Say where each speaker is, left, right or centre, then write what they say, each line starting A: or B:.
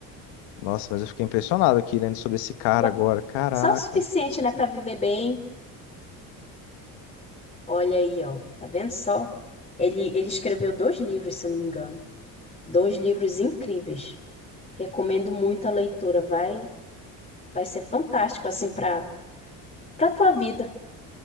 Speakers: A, on the left; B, on the left.
A: Nossa, mas eu fiquei impressionado aqui lendo sobre esse cara
B: Ba-
A: agora. Caraca.
B: Só o suficiente, né, para viver bem. Olha aí, ó. Tá vendo só? Ele, ele escreveu dois livros, se eu não me engano. Dois livros incríveis. Recomendo muito a leitura. Vai, vai ser fantástico, assim, para para tua vida.